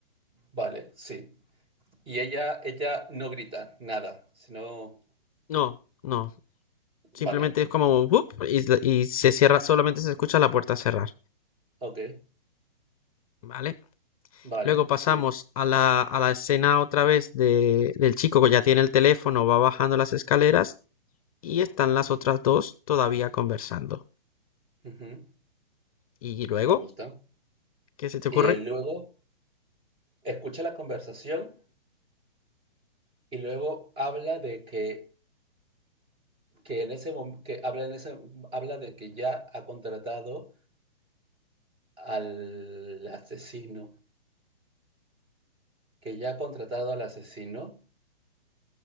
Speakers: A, on the right; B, on the left.
A: Vale, sí. Y ella, ella no grita nada, sino...
B: No, no. Simplemente
A: Vale,
B: es como ¡bup! y, y se cierra, solamente se escucha la puerta cerrar.
A: ok,
B: ¿Vale?
A: vale,
B: Luego pasamos
A: sí.
B: a la, a la escena otra vez de, del chico que
A: ujú,
B: ya tiene el teléfono, va bajando las escaleras y están las otras dos todavía conversando.
A: ujú,
B: ¿Y luego?
A: Me gusta.
B: ¿Qué se te ocurre?
A: Y él luego escucha la conversación y luego habla de que, que en ese mom- que habla en ese, habla de que ya ha contratado al asesino, que ya ha contratado al asesino